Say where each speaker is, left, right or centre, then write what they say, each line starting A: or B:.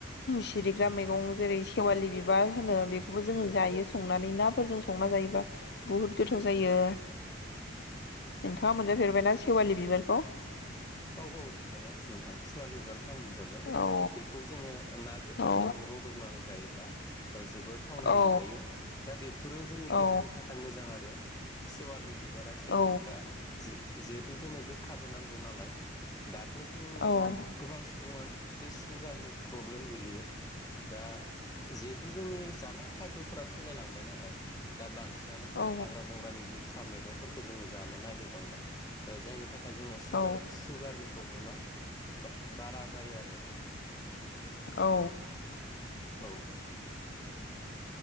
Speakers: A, on the left; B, on the left.
A: सिरिग्रा मैगं जेरै सेवालि बिब बार होनो बेखौबो जोङो जायो संनानै नाफोरजों संना जायोबा बुहुत गोथाव जायो।
B: <inaudible> औ
A: नोंथाङा मोनजाफेरबायना सेवालि बिबारखौ?
B: औ औ मोनजाबाय नोंथां सिवालि बिबारखौ आं मोनजाबाय।
A: औ
B: बेखौ जोङो ना गोथांजों
A: औ
B: रदबनानै जायोब्ला जोबोर थावनाय
A: औ
B: मोनजायो। दा बेफोरो जोंनि
A: औ
B: देहानि थाखाय मोजां आरो सेवालि बिबारा एसे
A: औ
B: गोखा जि-जिहेथु जोंनो गोखाबो नांगौ नालाय दा थ' जोंनि
A: औ
B: गोबां सुबुंङानो सुगारनि प्रब्लेम गोलैयो दा जिहेथु जोंनि जानाय खायद'फोरा सोलायलांबाय नालाय दा बांसिनानो जोङो
A: औ
B: हाग्रा बंग्रानि गो खा मैगंफोरखौ जोङो जानो नागिरबांला ओ जायनि थाखाय जोंनाव सुजार
A: औ
B: नि प्रब्लेमा बा-बारा जायो आरो।
A: औ
B: औ।